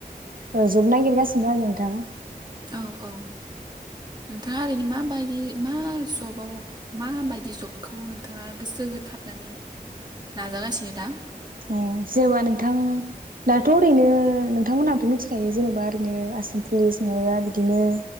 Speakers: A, on the right (about 65°); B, on the right (about 25°).
A: ओ जब नागिरगासिनो आरो नोंथां।
B: औ औ नोंथाङा ओरैनो माबाय दि मा जबाव माबायदि जबखौ नोंथाङा गोसो हो थाबनानै नाजागासिनो दा?
A: अ' जेनेबा नोंथां दाथ' ओरैनो नोंथांमोनहाबोथ' मिथिखायो जेन'बा ओरैनो आसाम पुलिस माबा बिदिनो